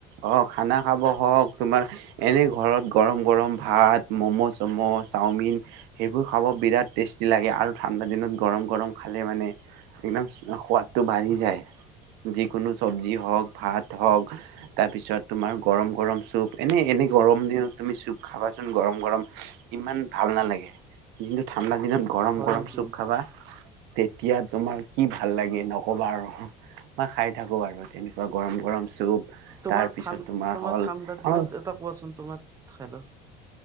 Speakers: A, on the right; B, on the right.
A: অ খানা খাব হওক তোমাৰ এনেই ঘৰত গৰম গৰম ভাত মম' চ'ম'চ। চাওমিন সেইবোৰ খাব বিৰাট--। টেষ্টি লাগে আৰু ঠাণ্ডা দিনত গৰম গৰম খালে মানে একদম সোৱাদ। তটো বাঢ়ি
B: অ
A: যায় যিকোনো চব্জি হওক ভাত হওক। তাৰপিছত তোমাৰ গৰম গৰম চুপ এনেই এনেই গৰম দিনত তুমি চুপ খাবাচোন গৰম গৰম। ইমান ভাল নালাগে কিন্তু ঠাণ্ডা দিনত গৰম
B: হয়
A: গৰম
B: নেকি
A: চুপ খাবা। তেতিয়া তোমাৰ কি ভাল লাগে নকবা আৰু মই খাই থাকো। নকবা আৰু তেনেকুৱা গৰম গৰম। চুপ
B: তোমাৰ
A: তাৰপিছত
B: তোমাৰ
A: হ'ল
B: ঠাণ্ডাৰ
A: আমাৰ
B: দিনত এটা পোৱাচন তোমাৰ খাই ল।